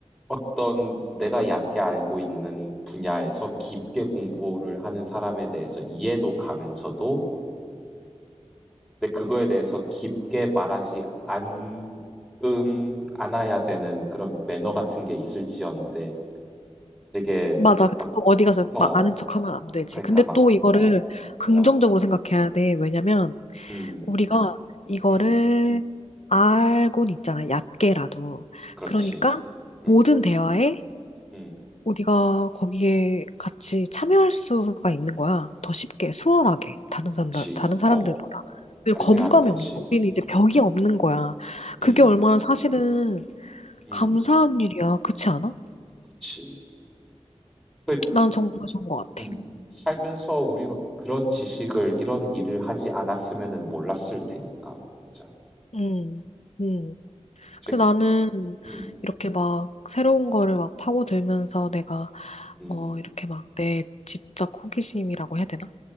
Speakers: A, in the centre; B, on the left.
A: 어떤 내가 얕게 알고 있는 분야에서 깊게 공부를 하는 사람에 대해서 이해도 가면서도 근데 그거에 대해서 깊게 말하지 않, 음, 않아야 되는 그런 매너 같은 게 있을지언데 되게
B: 맞아. 근데
A: 막,
B: 또 어디 가서
A: 뭐,
B: 막 아는 척 하면 안 되지.
A: 그러니까
B: 근데
A: 막,
B: 또 이거를
A: 어,
B: 긍정적으로
A: 맞아, 맞아.
B: 생각해야 돼. 왜냐면
A: 음,
B: 우리가 이거를
A: 음,
B: 알고는 있잖아. 얕게라도.
A: 그렇지.
B: 그러니까
A: 음,
B: 모든 대화에
A: 음.
B: 우리가 거기에 같이 참여할 수가 있는 거야. 더 쉽게, 수월하게. 다른 사람들,
A: 그치.
B: 다른 사람들보다.
A: 어.
B: 왜
A: 다르게
B: 거부감이
A: 생각하면 그치.
B: 없는 거야. 우리는 이제 벽이
A: 음.
B: 없는 거야. 그게
A: 음.
B: 얼마나 사실은
A: 음.
B: 감사한 일이야. 그렇지 않아?
A: 그치. 그
B: 나는 정말 좋은 것 같아.
A: 음. 살면서 우리가 그런 지식을 이런 일을 하지 않았으면은 몰랐을 테니까. 맞아.
B: 음, 음,
A: 제
B: 그 나는
A: 음.
B: 이렇게 막 새로운 거를 막 파고들면서 내가
A: 음.
B: 어 이렇게 막 내 지적 호기심이라고 해야 되나?